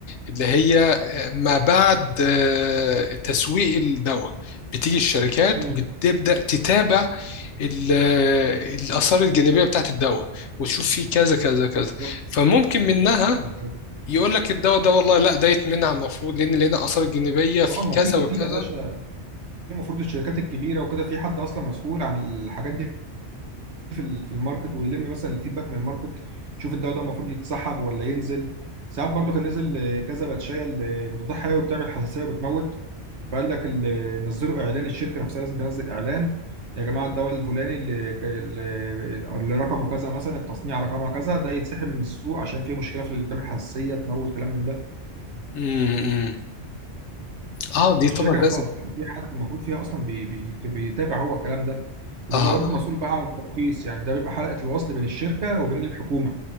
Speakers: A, on the left; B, on the right.
A: اللي هي ما بعد آه، تسويق الدواء بتيجي الشركات
B: مم.
A: بتبدأ تتابع ال- الآثار الجانبية بتاعت الدواء وتشوف فيه كذا كذا كذا
B: بالظبط
A: فممكن منها
B: بالظبط
A: يقول لك الدواء ده والله لا دايت منها المفروض لان لنا اثار جانبيه في
B: اه ما
A: كذا
B: في
A: وكذا
B: في يا باشا في المفروض الشركات الكبيره وكده في حد اصلا مسؤول عن الحاجات دي في ال- في الماركت ويلم مثلا الفيدباك من الماركت يشوف الدواء ده المفروض يتسحب ولا ينزل ساعات برضو كان نزل آه، كذا باتشايه مضادات حيوي بتعمل حساسيه وبتموت فقال لك اللي نزلوا اعلان الشركه نفسها لازم تنزل اعلان يا جماعه الدواء الفلاني اللي اللي اللي رقمه كذا مثلا التصنيع رقمها كذا ده يتسحب من السوق عشان فيه مشكله في التلاميح حساسيه تموت كلام من ده
A: امم اه دي
B: فالشركه
A: طبعا
B: نفسها
A: لازم
B: اصلا في حد المفروض فيها اصلا بي بي بيتابع هو الكلام ده وبيبقى
A: اه
B: برضه مسؤول بقى عن الترخيص يعني ده بيبقى حلقه الوصل بين الشركه وبين الحكومه